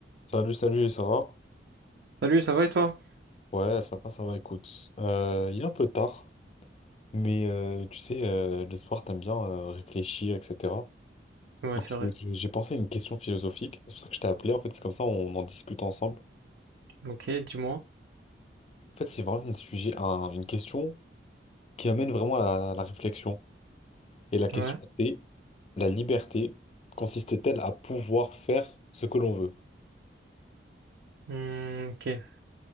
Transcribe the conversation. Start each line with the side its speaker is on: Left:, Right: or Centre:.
Left: Salut, salut, ça va?
Right: Salut, ça va et toi?
Left: Ouais, ça va, ça va, écoute. Euh, il est un peu tard, mais euh, tu sais, euh, le soir, t'aimes bien euh, réfléchir, etc.
Right: Ouais,
Left: Donc,
Right: c'est
Left: je-
Right: vrai.
Left: je- j'ai pensé à une question philosophique. C'est pour ça que je t'ai appelé, en fait, c'est comme ça, on en discute ensemble.
Right: Ok, dis-moi.
Left: En fait, c'est vraiment un sujet, un- une question qui amène vraiment à la, à la réflexion. Et la question,
Right: Ouais.
Left: c'est, la liberté consiste-t-elle à pouvoir faire ce que l'on veut?
Right: Hmm, ok.